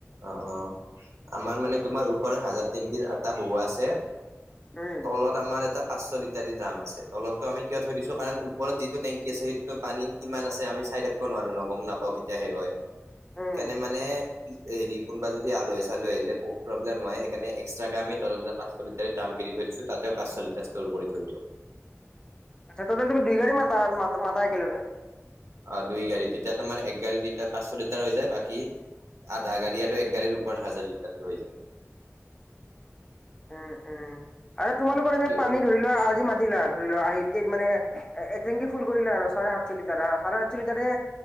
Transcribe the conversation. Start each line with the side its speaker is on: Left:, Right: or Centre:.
Right: অ, অ, আমাৰ মানে তোমাৰ ওপৰত হাজাৰ টেংকিৰ এটা বহোৱা আছে।
Left: উম,
Right: তলত আমাৰ এটা পাঁচশ লিটাৰি দাম আছে তলতটো আমি কিয় থৈ দিছো কাৰণ ওপৰত যিটো টেংকি আছে সেইটোতো পানী। কিমান আছে আমি চাই থাকিব নোৱাৰো ন গম নাপাওঁ কেতিয়া শেষ হয় সেইকাৰণে
Left: উম
Right: মানে হেৰি কোনোবা যদি আলহী চালহী আহিলে প্ৰব্লেম নহয় সেইকাৰণে এক্সট্ৰাকে আম তলত পাঁচশ লিটাৰৰ দাম কিন থৈ দিছো তাতে পাঁচশ লিটাৰ ষ্ট কৰি থৈ দিওঁ।
Left: আচ্ছা টোটেল তুমি দুই গাড়ী মাত, মাতা ক একেলগে।
Right: অ', দুই গাড়ী তেতিয়া তোমাৰ এক গাড়ী লিটাৰ পাঁচশ লিটাৰ হৈ যায় বাকী আধা গাড়ী আৰু এক গাড়ীৰ ওপৰত হাজাৰ লিৰতাটো হৈ যায়।
Left: উম, উম আৰু তোমালোকৰ
Right: বাকী
Left: এনে পানী ধৰি লোৱা আজি মাতিলা ধৰি লোৱা আহ মান একটেংকি ফুল কৰিলে আৰু চাৰে সাতশ লিটাৰ চাৰে সাতশ লিটাৰে